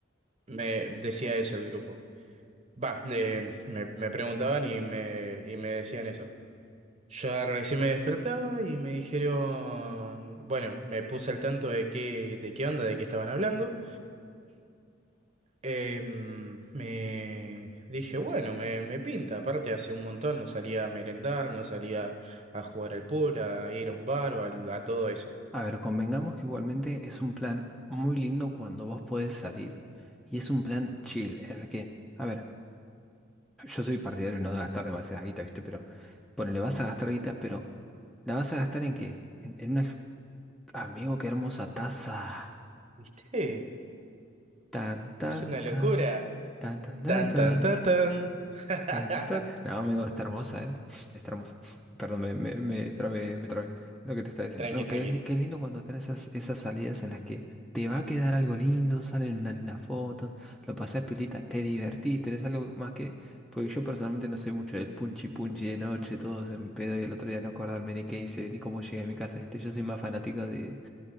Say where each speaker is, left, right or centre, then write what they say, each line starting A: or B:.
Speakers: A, on the right (about 30°); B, in the centre.
A: Me decía eso el grupo. Va, eh, me, me preguntaban y me, y me decían eso. Yo recién me despertaba y me dijeron, bueno, me puse al tanto de qué, de qué onda, de qué estaban hablando. Eh, mm, me dije, bueno, me, me pinta. Aparte, hace un montón no salía a merendar, no salía a jugar al pool, a ir a un bar o al- a, todo eso.
B: A ver, convengamos que igualmente es un plan muy lindo cuando vos podés salir y es un plan chill en el que, a ver, yo soy partidario de no gastar demasiada guita, ¿viste? Pero ponele, vas a gastar guita, pero ¿la vas a gastar en qué? En, en una... ex- Amigo, qué hermosa taza.
A: ¿Viste?
B: Tan, tan,
A: Es una locura.
B: tan, tan, tan, tan,
A: Tan,
B: tan.
A: tan, tan, tan. <laughs>
B: Tan, tan. No, amigo, está hermosa, ¿eh? Está hermosa. Perdón, me, me, me trabé, me trabé. Lo que te estaba diciendo.
A: Tranqui,
B: No, que
A: tranqui.
B: es, li- que es lindo cuando están esas, esas salidas en las que te va a quedar algo lindo, salen unas lindas fotos, lo pasás pilita, te divertís, tenés algo más que... Porque yo personalmente no soy mucho del punchi punchi de noche, todos en pedo y el otro día no acordarme ni qué hice, ni cómo llegué a mi casa, ¿viste? Yo soy más fanático de,